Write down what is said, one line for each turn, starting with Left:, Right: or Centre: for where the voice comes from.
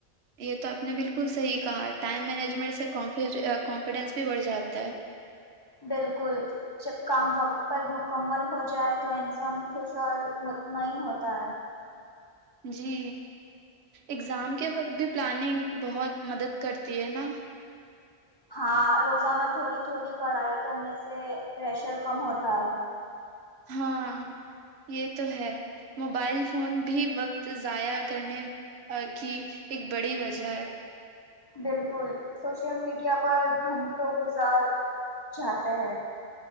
Right: یہ تو آپ نے بالکل صحیح کہا ٹائم مینجمنٹ سے کانفیجو کانفیڈینس بھی بڑھ جاتا ہے
Left: بالکل جب کام وقت پر مکمل ہو جائے تو انسان خوش اور مطمئن ہوتا ہے
Right: جی اگزام کے وقت بھی پلاننگ بہت مدد کرتی ہے نا
Left: ہاں روزانہ تھوڑی تھوڑی پڑھائی کرنے سے پریشر کم ہوتا ہے
Right: ہاں یہ تو ہے موبائل فون بھی وقت ضائع کرنے آ کی ایک بڑی وجہ ہے
Left: بالکل سوشل میڈیا پر گھنٹوں گزار جاتے ہیں